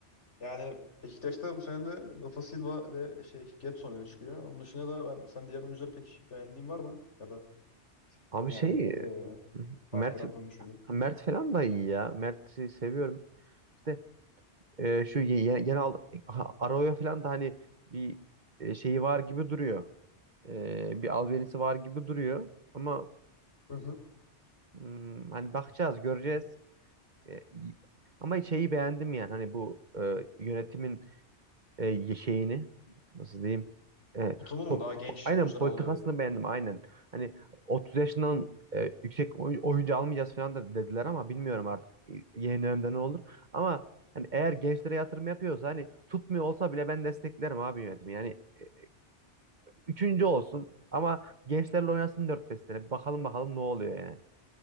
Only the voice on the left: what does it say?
Yani Beşiktaş'ta bu sene de Rafa Silva ve şey Gedson öne çıkıyor. Onun dışında da ben sen diğer oyuncuları pek beğendiğin var mı? Ya da
yani
e, fark
yarattığını düşünüyorum.
Hı hı.
Tutumun
mu daha genç
oyuncular
alıyor?